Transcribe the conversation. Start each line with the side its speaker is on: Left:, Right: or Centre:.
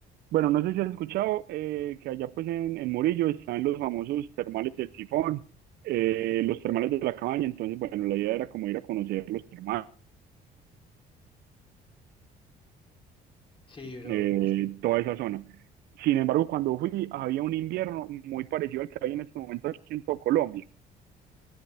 Right: Bueno, no sé si has escuchado eh, que allá pues en, en Murillo están los famosos termales del Tifón, eh, los termales de la cabaña, entonces bueno, la idea era como ir a conocer los termales,
Left: Sí, bro,
Right: eh,
Left: uf,
Right: toda esa zona. Sin embargo, cuando fui había un invierno muy parecido al que hay en este momento aquí en todo Colombia.